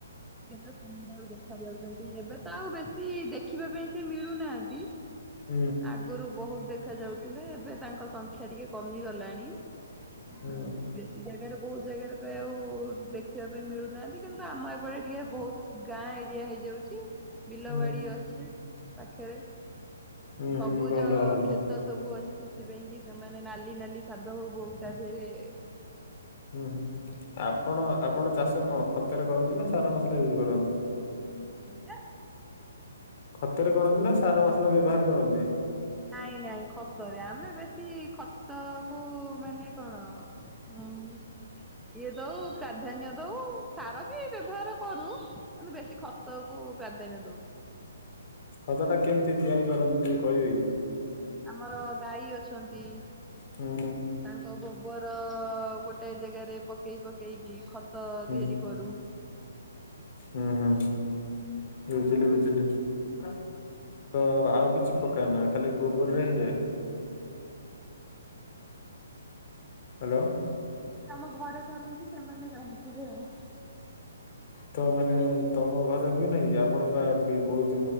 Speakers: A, in the centre; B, on the left (about 45°).
A: କେତେ ସୁନ୍ଦର ଦେଖା ଯାଉଚନ୍ତି ଏବେ ତ ଆଉ ବେଶୀ ଦେଖିବା ପା ତି ମିଳୁନାହାନ୍ତି
B: ହୁଁ
A: ଆଗୁରୁ ବହୁ ଦେଖା ଯାଉଥୁଲେ ଏବେ ତାଙ୍କ ସଂଖ୍ୟା ଟିକେ କମି ଗଲାଣି
B: ହୁଁ
A: ଆ ବେଶୀ ଜାଗାରେ ବୋହୁ ଜାଗାରେ ପ୍ରାୟ ଆଉ ଦେଖିବା ପାଇଁ ମିଳୁନାହାନ୍ତି କିନ୍ତୁ ଆମ ଏପଟେ ଟିକେ ବୋହୁତ ଗାଁ ଏରିଆ ହେଇ ଯାଉଚି ବିଲ
B: ହୁଁ
A: ବାଡ଼ି ଅଛି ପାଖେରେ।
B: ହୁଁ
A: ସବୁଜ
B: ହୁଁ ଭଲ ଭଲ।
A: କ୍ଷେତ ସବୁ ଅଛି ସେ ଥିପାଇଁ କି ସେମାନେ ନାଲି ନାଲି ସାଧବ ବୋଉ ତା ଧିଅରେ
B: ହୁଁ ହୁଁ ଆପଣ ଆପଣ ଚାଷ କଣ ଖତରେ କରନ୍ତି ନାଁ ସାରା ମସଲା ୟୁଜ୍ କରନ୍ତି?
A: ହେଟା
B: ଖତରେ କରନ୍ତି ନାଁ ସାର ମସଲା ବ୍ୟବହାର କରନ୍ତି?
A: ନାଇଁ ନାଇଁ ଖତରେ ଆମେ ବେଶୀ ଖତକୁ ମାନେ କଣ ହଉ। ଇଏ ଦଉ ପ୍ରାଧାନ୍ୟ ଦଉ ସାର ବି ବ୍ୟବହାର କରୁ ଆନ୍ତୁ ବେଶୀ ଖତକୁ ପ୍ରାଧାନ୍ୟ ଦଉ।
B: ଖତଟା କେମତି ତିଆରି କରନ୍ତି ଟିକେ କହିବେ କି?
A: ଆମର ଗାଈ ଅଛନ୍ତି।
B: ହୁଁ
A: ତାଙ୍କ ଗୋବର ଗୋଟେ ଜେଗାରେ ପକେଇ ପକେଇକି ଖ ତ
B: ହୁଁ
A: ତିଆରି କରୁ।
B: ହୁଁ ହୁଁ ବୁଝିଲି ବଝିଲି। ତ ଆଉ କିଛି ପକାଅ ନା ଖାଲି ଗୋବରରେ ହେଇଯାଏ? ହାଲୋ।
A: ଆରେ ଆମ ଘରେ କରନ୍ତି ସେମାନେ ଜାଣିଥିବେ ଆଉ।
B: ତ ମାନେ ତମ ଘରେ ହୁଏ ନାଇଁ କି ଆପଣ ପା ବି ବୋହୁ